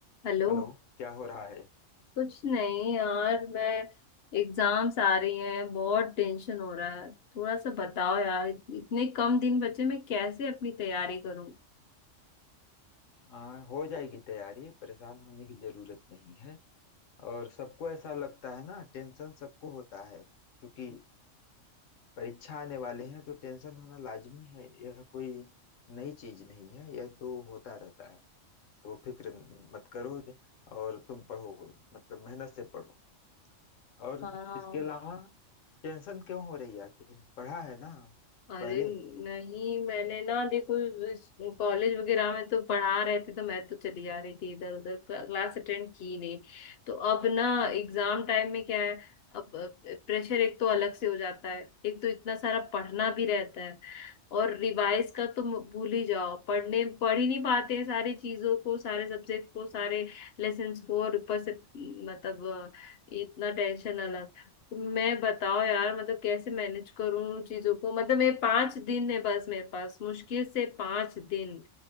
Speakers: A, on the left; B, on the left.
A: Hello
B: Hello क्या हो रहा है
A: कुछ नहीं यार मैं एग्जाम्स आ रही हैं बहुत टेंशन हो रहा है थोड़ा सा बताओ यार इतने कम दिन बचे मैं कैसे अपनी तैयारी करूं
B: आ, हो जाएगी तैयारी परेशान होने की जरूरत नहीं है और सबको ऐसा लगता है ना टेंशन सबको होता है क्योंकि परीक्षा आने वाले हैं तो टेंशन होना लाजमी है यह कोई नई चीज नहीं है यह तो होता रहता है तो फिक्र मत करो और तुम पढ़ो मतलब मेहनत से पढ़ो और
A: हाँ
B: इसके अलावा टेंशन क्यों हो रही है आखिर पढ़ा है ना
A: अरे
B: पहले
A: नहीं मैंने ना देखो कॉलेज वगैरह में तो पढ़ा रहे थे तो मैं तो चली जा रही थी इधर उधर क्लास अटेंड की नहीं तो अब ना एग्जाम टाइम में क्या है अब प्रेशर एक तो अलग से हो जाता है एक तो इतना सारा पढ़ना भी रहता है और रिवाइज का तो म- भूल ही जाओ पढ़ने पढ़ ही नहीं पाते हैं सारी चीजों को सारे सब्जेक्ट को सारे लेसन्स को और ऊपर से मतलब अ, इतना टेंशन अलग तो मैं बताओ यार मतलब कैसे मैनेज करूं उन चीजों को मतलब मैं पांच दिन है बस मेरे पास मुश्किल से पांच दिन